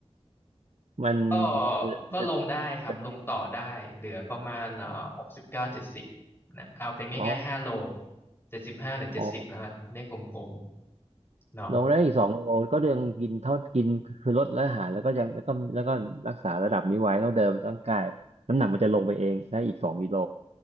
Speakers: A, on the right; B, on the left.
A: มัน
B: ก็
A: มันจะ
B: ก็ลงได้ครับลงต่อได้เหลือประมาณเอ่อหกสิบเก้าเจ็ดสิบ
A: จะไม่
B: นะเอาเป็นง่ายๆห้าโล
A: อ๋อ
B: เจ็ดสิบห้าหรือเจ็ดสิบแล้วกันเลขกลม
A: อ๋อ
B: ๆเนาะ
A: ลงได้อีกสองโลก็ยังกินเท่ากินคือลดและอาหารแล้วก็ยังแล้วก็แล้วก็รักษาระดับนี้ไว้เท่าเดิมร่างกายน้ำหนักมันจะลงไปเองได้อีกสองกิโล